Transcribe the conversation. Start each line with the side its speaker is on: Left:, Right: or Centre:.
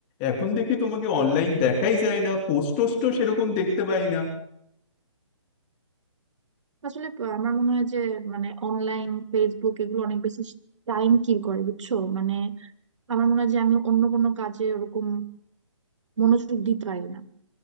Left: এখন দেখি তোমাকে অনলাইন দেখাই যায় না পোস্ট টোস্টও সেরকম দেখতে পাই না
Right: আসলে আমার মনে হয় যে মানে অনলাইন ফেসবুক এগুলো অনেক বেশি টাইম কিল করে বুঝছো মানে আমার মনে হয় যে আমি অন্য কোনো কাজে ওরকম মনোযোগ দিতে পারি না